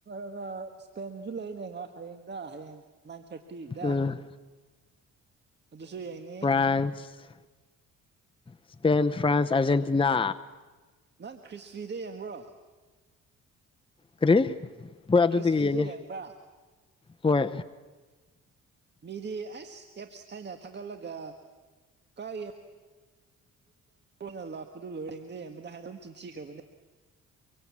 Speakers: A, on the right (about 35°); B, on the left (about 15°).
A: ꯑꯒ ꯁ꯭ꯄꯦꯟꯖꯨ ꯂꯩꯅꯦ ꯉꯥ ꯍꯌꯦꯡꯗ ꯍꯌꯦꯡ ꯅꯥꯏꯟ ꯊꯥꯔꯇꯤ ꯗ
B: ꯎꯝ
A: ꯑꯗꯨꯁꯨ ꯌꯦꯡꯅꯤ
B: ꯐ꯭ꯔꯥꯏꯟꯁ <inaudible> ꯏꯁꯄꯦꯟ ꯐ꯭ꯔꯥꯟꯁ ꯑꯔꯖꯦꯟꯇꯤꯅꯥ
A: ꯅꯪ ꯈ꯭ꯔꯤꯁꯕꯤꯗ ꯌꯦꯡꯕ꯭ꯔꯣ
B: ꯀꯔꯤ ꯍꯣꯏ ꯑꯗꯨꯗ
A: ꯈ꯭ꯔꯤꯁꯐꯤꯗ
B: ꯌꯦꯡꯉꯦ
A: ꯌꯦꯡꯕ꯭ꯔꯥ
B: ꯍꯣꯏ
A: ꯃꯤꯗꯤ ꯑꯦꯁ ꯑꯦꯞꯁ ꯍꯥꯏꯅ ꯊꯥꯒꯠꯂꯒ ꯀꯒꯤ ꯅ ꯂꯥꯛꯄꯗꯨ ꯂꯣꯏꯔꯔꯤꯩ ꯌꯦꯡꯕꯅ ꯍ ꯍꯥꯏꯅ ꯑꯗꯨꯝ ꯆꯤꯟꯁꯤꯈ꯭ꯔꯕꯅꯤ <unintelligible>